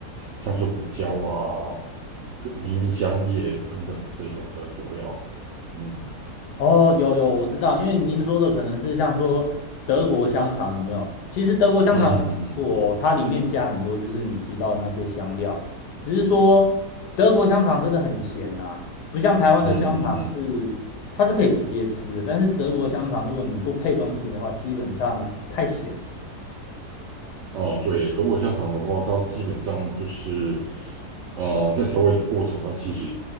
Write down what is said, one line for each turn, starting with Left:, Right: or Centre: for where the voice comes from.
Right: 像是胡椒啊、迷香叶等等的这种的佐料。嗯
Left: 哦，有有，我知道，因为您说的可能是像说德国香肠有没有？其实德国香肠我它里面加很多就是你提到的那些香料，
Right: 嗯嗯嗯
Left: 只是说德国香肠真的很咸呐、不像台湾的香肠是它是可以直接吃的，
Right: 嗯嗯嗯。嗯
Left: 但是德国香肠如果你不配东西的话，基本上太咸了。
Right: 哦，对，德国香肠的话，它基本上就是，呃，在调味的过程，它其实